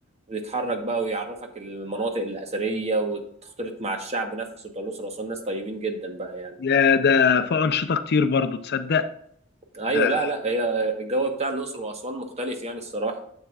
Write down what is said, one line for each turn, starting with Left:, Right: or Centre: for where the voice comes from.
Right: ويتحرك بقى ويعرفك المناطق الأثرية وتختلط مع الشعب نفسه بتاع الأقصر وأسوان ناس طيبين جدا بقى يعني
Left: يا ده في أنشطة كتير برضو تصدق
Right: أيوة
Left: ده
Right: لا لا هي الجو بتاع الأقصر وأسوان مختلف يعني الصراحة